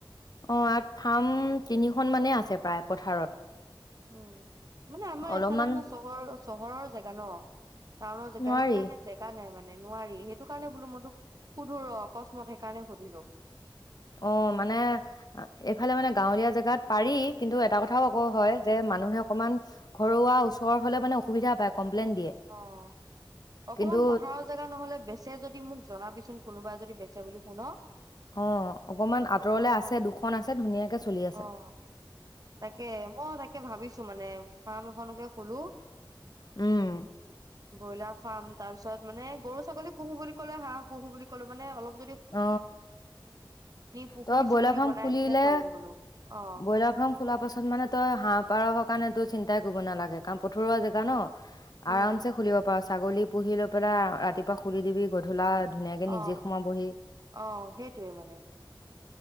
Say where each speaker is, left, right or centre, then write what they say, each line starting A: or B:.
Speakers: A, on the left; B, on the right.
A: অ ইয়াত ফাৰ্ম তিনিখন মানে আছে প্ৰায় পথাৰত
B: অ মানে আমাৰ
A: অলপমান
B: এফালে মানে চহৰৰ চহৰৰ জেগা ন টাউনৰ জেগা
A: নোৱাৰি,
B: সেইটো কাৰণে জেগা নাই মানে নোৱাৰি সেইটো কাৰণে বোলো মই তোক সুধো ৰ অকস্মাত সেইকাৰণে সুধিলো
A: অ মানে এইফালে মানে গাঁৱলীয়া জেগাত পাৰি কিন্তু
B: উম
A: এটা কথাও
B: উম
A: আকৌ হয় যে মানুহে অকণমান ঘৰুৱা ওচৰ হলে মানে অসুবিধা পায় কমপ্লেইন দিয়ে।
B: অ অকমান
A: কিন্তু
B: পথাৰৰ জেগা নহলে বেচে যদি মোক জনাবিচোন কোনোবাই যদি বেচা বুলি শুন
A: অহ অকমান আঁতৰলে আছে দুখন
B: উম,
A: আছে ধুনীয়াকে চলি আছে
B: অ তাকে মই তাকে ভাবিছো মানে ফাৰ্ম এখনকে খোলো
A: উম
B: ব'লা ফাম তাৰ পিছত মানে গৰু ছাগলী পুহো বুলি ক'লে হাঁহ পুহো বুলি ক'লে মানে অল
A: অ
B: পুখুৰী
A: তই ব্ৰইলাৰ
B: চুখুৰী
A: ফাৰ্ম
B: বনাই
A: খুলিলে
B: পেলাই কৰিম বোলো অ
A: ব্ৰইলাৰ ফাৰ্ম খোলাৰ পাছত মানে তই হাঁহ পাৰ হৰ কাৰণে তো চিন্তাই কৰিব নালাগে কাম প্ৰতি ৰোৱা জেগা ন
B: উম
A: আৰামছে খুলিব পৰা ছাগলী পুহি লৈ পেলাই ৰাতিপুৱা খুলি দিবি গধূলা ধুনীয়াকে
B: অ
A: নিজে সোমাবহি
B: অ সেইটোৱে মানে